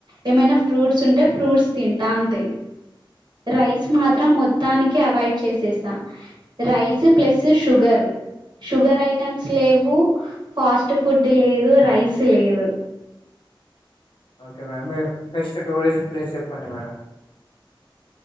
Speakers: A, on the right (about 55°); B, on the left (about 70°).
A: ఏమైనా ఫ్రూట్స్ ఉంటే ఫ్రూట్స్ తింటా, అంతే రైస్ మాత్రం మొత్తానికి అవాయిడ్ చేసేసా, rice plus sugar, sugar items లేవు, ఫాస్ట్ ఫుడ్ లేదు, రైస్ లేదు.
B: ఓకే మేడం మీ బెస్ట్ టూరిస్ట్ ప్లేస్ చెప్పండి మేడం